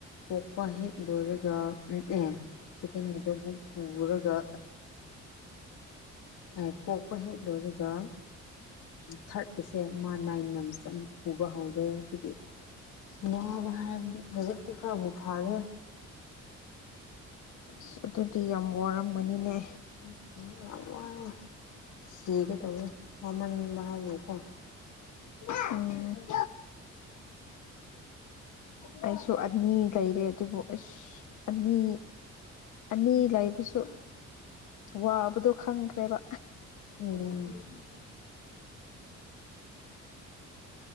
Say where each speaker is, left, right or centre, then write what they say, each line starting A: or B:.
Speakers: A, on the left; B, on the left.
A: ꯄꯣꯛꯄ ꯍꯦꯛ ꯂꯣꯏꯔꯒ ꯑꯦ ꯁꯦꯀꯦꯟꯒꯤꯗꯣ ꯃꯨꯛ ꯄꯨꯔꯒ ꯑ ꯄꯣꯛꯄ ꯍꯦꯛ ꯂꯣꯏꯔꯒ ꯊꯥꯔꯠ ꯀꯤꯁꯦ ꯃꯥ ꯅꯥꯏꯟ ꯃꯟꯁ ꯑꯃꯨꯛ ꯄꯨꯕ ꯍꯧꯔꯦ ꯑꯗꯨꯒꯤ ꯋꯥꯠ ꯍꯥꯏꯕꯕꯨ ꯍꯧꯖꯤꯛꯇꯤ ꯈꯔꯕꯨ ꯐꯥꯔꯦ꯫
B: ꯁ ꯑꯗꯨꯗꯤ ꯌꯥꯝ ꯋꯥꯔꯝꯒꯅꯤꯅꯦ
A: ꯎꯝ ꯌꯥꯝ ꯋꯥꯏꯑꯦ ꯁꯤꯒꯦ ꯇꯧꯋꯦ ꯋꯥꯃꯟꯕ ꯍꯥꯏꯕꯀꯣ
B: ꯎꯝ ꯑꯩꯁꯨ ꯑꯅꯤ ꯂꯩꯔꯦ ꯑꯗꯨꯕꯨ ꯑꯁ ꯑꯅꯤ ꯑꯅꯤ ꯂꯩꯕꯁꯨ ꯋꯥꯕꯗꯣ ꯈꯪꯈ꯭ꯔꯦꯕ
A: ꯎꯝ